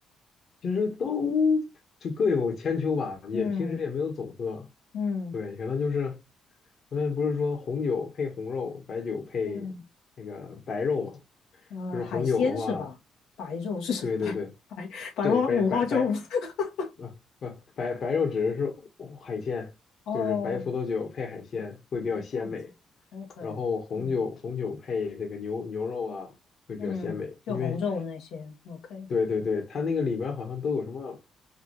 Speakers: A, on the left; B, on the left.
A: 其实都就各有千秋吧，也平时也没有总喝，
B: 嗯嗯
A: 对，可能就是我们不是说红酒配红肉，白酒配那个白肉嘛，
B: 嗯，呃，
A: 就是红酒的话，
B: 海鲜是吧？白肉是 <laughs> 什么？
A: 对对对
B: 白白白花五花肉吗
A: 对，白白白
B: <laughs>
A: 啊不白白肉指的是海鲜，
B: 哦
A: 就是白葡萄酒配海鲜会比较鲜美。
B: 哦，这样子，OK，
A: 然后红酒红酒配这个牛牛肉啊，
B: 嗯
A: 会比较鲜美。
B: 嗯，就红肉那些，OK，
A: 因为，对对对，它那个里边好像都有什么，